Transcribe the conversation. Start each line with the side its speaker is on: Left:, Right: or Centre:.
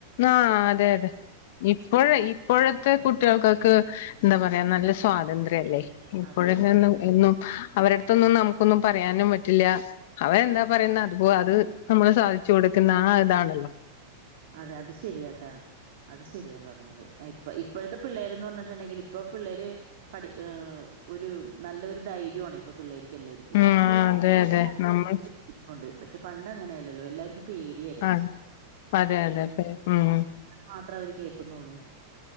Left: ആഹ് അതെ അതെ ഇപ്പോഴ
Right: പേടിയായിരിക്കും
Left: ഇപ്പോഴത്തെ കുട്ടികൾക്കൊക്ക് എന്താ പറയാ നല്ല സ്വാതന്ത്ര്യല്ലേ ഇപ്പോഴന്ന്
Right: അതെ അതെ
Left: ഒന്നും അവരെട്ത്തൊന്നും നമുക്കൊന്നും പറയാനും പറ്റില്ല അവരെന്താ പറയുന്ന അത്പോ അത് നമ്മള് സാധിച്ചു കൊടുക്കുന്ന ആ ഇതാണല്ലോ.
Right: അതെ അത് ശരിയാട്ടാ അത് ശരിയാ പറഞ്ഞത്. ഏ ഇ പ്പ ഇപ്പഴ്ത്തെ പിള്ളേരെന്ന് പറഞ്ഞിട്ടുണ്ടെങ്കിൽ ഇപ്പോ പിള്ളേർ പഠി ഏഹ് ഒരു നല്ലൊരു ധൈര്യവാണ് ഇപ്പൊ പിള്ളേര്ക്ക് എല്ലാര് ക്ക്യും.
Left: ഉം അതെ
Right: എന്ത്
Left: അതെ
Right: <unintelligible>
Left: നമ്മൾ
Right: ഉണ്ട് പക്ഷെ പണ്ട് അങ്ങനെയല്ലല്ലോ എല്ലാര്ക്കും പേടിയായിരുന്നു.
Left: ആഹ് അതെ അതെ അതെ ഉം
Right: മാത്ര അവര് കേക്കുന്നൊള്ളൂ.